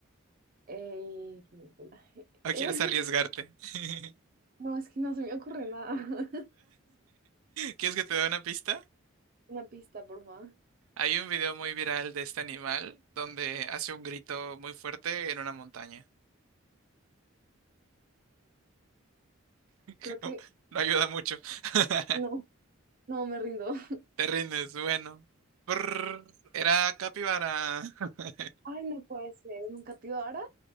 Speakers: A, on the right (about 40°); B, on the right (about 80°).
A: Eh, ¿tiene pelaje?
B: ¿O
A: <laughs>
B: quieres arriesgarte? <laughs>
A: no, es que no se me ocurre nada. <laughs>
B: ¿Quieres que te dé una pista?
A: Una pista, por favor.
B: Hay un video muy viral de este animal donde hace un grito muy fuerte en una montaña. <laughs>
A: Creo que
B: No ayuda mucho. <laughs>
A: no, no me rindo. <laughs>
B: Te rindes, bueno. Brrr, era capibara. <laughs>
A: Ay, no puede ser, ¿en un capibara?